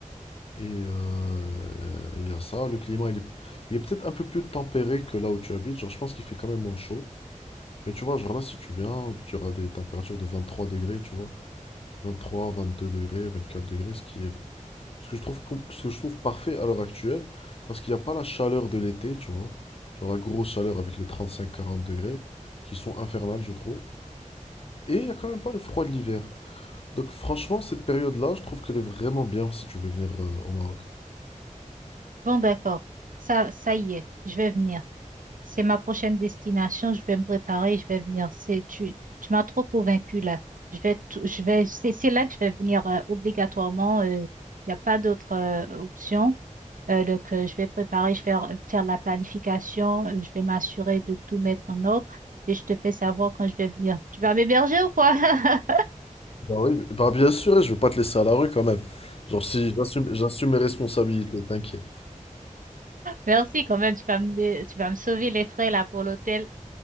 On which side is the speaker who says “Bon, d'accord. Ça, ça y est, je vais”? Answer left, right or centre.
Right